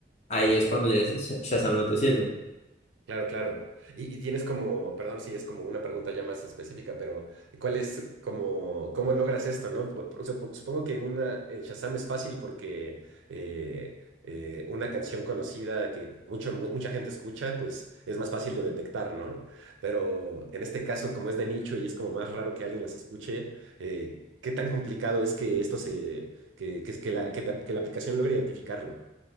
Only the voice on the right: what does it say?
Claro, claro. Y, y tienes como, perdón si es como una pregunta ya más específica, pero ¿cuál es como, cómo logras esto, no? Pu- pu- supo- Supongo que una en Shazam es fácil porque eh, eh, una canción conocida que mucho, mu- mucha gente escucha, pues es más fácil de detectar, ¿no? Pero en este caso, como es de nicho y es como más raro que alguien las escuche, eh, ¿qué tan complicado es que esto se, que, que, que la, que, ta- que la aplicación logre identificarlo?